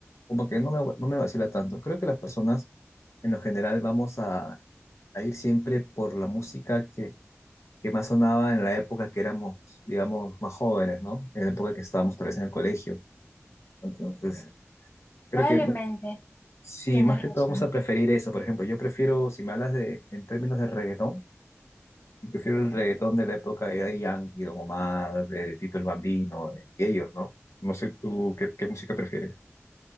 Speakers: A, on the left; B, on the left.
A: como que no me, no me vacila tanto. Creo que las personas en lo general vamos a, a ir siempre por la música que, que más sonaba en la época que éramos, digamos, más jóvenes, ¿no? En la época que estábamos tal vez en el colegio. Entonces, creo
B: Probablemente,
A: que no- sí,
B: tienes
A: más que
B: razón.
A: todo vamos a preferir eso. Por ejemplo, yo prefiero, si me hablas de, en términos de reggaetón, Yo prefiero el reggaetón de la época de Daddy Yankee, Don Omar, de Tito el Bambino, y ellos, ¿no? No sé tú qué, qué música prefieres.